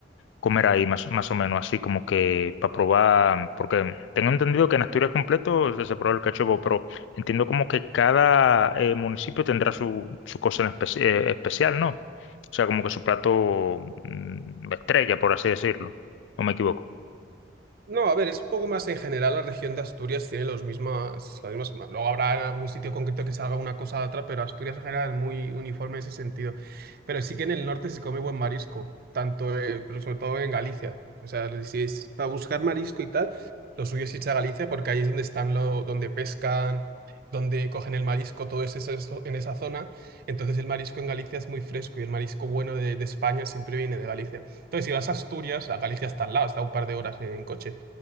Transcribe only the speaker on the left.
comer ahí más, más o menos? Así como que para probar, porque tengo entendido que en Asturias completo se, se prueba el cachopo, pero entiendo como que cada eh, municipio tendrá su, su cosa en espe- eh, especial, ¿no? O sea, como que su plato mm, estrella, por así decirlo. ¿O me equivoco?